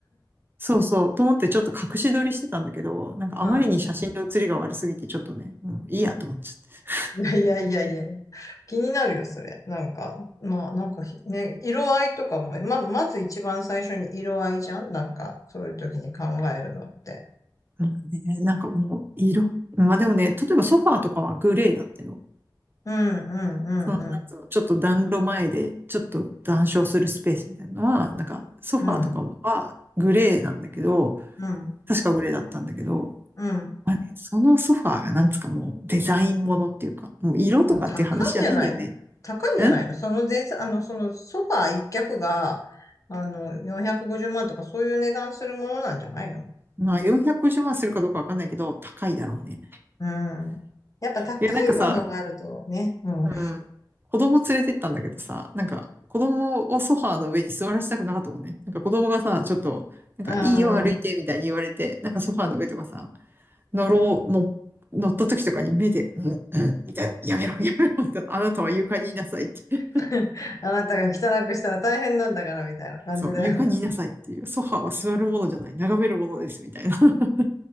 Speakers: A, on the right; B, on the left.
A: そうそう。と思ってちょっと隠し撮りしてたんだけど、なんかあまりに写真の写りが悪すぎてちょっとね、
B: うん。
A: もういいやと思っちゃって。
B: いやいやいやいや。気になるよ、それ。なんか、まあ、なんかひね、色合いとかも、ま、まず一番最初に色合いじゃんなんか、そういう時に考えるのって。
A: うんねなんかもう色。まあでもね、例えばソファーとかはグレーだったよ。
B: うん、うん、
A: その、なんつうの、
B: うん、
A: ちょっと暖炉前で、ちょっと談笑するスペースみたいなのは、なんか、ソファーとかはグレーなんだけど、
B: うん、うん、
A: 確かグレーだったんだけど、
B: うん。
A: まあね、そのソファーがなんつうかもうデザインものっていうか、もう色とかっていう話じゃないんだよね。
B: あ高いんじゃないの高いんじゃないのそのぜ、
A: ん
B: あの、そのソファー一脚が、あの、450万とかそういう値段するものなんじゃないの
A: まあ450万するかどうかわかんないけど、高いだろうね。
B: うん。うん。やっぱ高いものがあるとね。
A: いや、なんかさ、
B: うん。うん。
A: うん、子供連れてったんだけどさ、なんか子供をソファーの上に座らせたくなかったもんね。なんか子供がさ、ちょっと、なんかいいよ歩いてみたいに言われて、
B: ああ、
A: なんかソファーの上とかさ、乗ろう、
B: うん。
A: の、乗った時とかに目で、うん、うん、みたいな、やめろ、<laughs> やめろ、みたいな、あなたは床にいなさいって。
B: <laughs> あなたが汚くしたら大変なんだからみたいな感じで。
A: そう、床にいなさいっていう、ソファーは座るものじゃない、眺めるものです、みたいな。<laughs>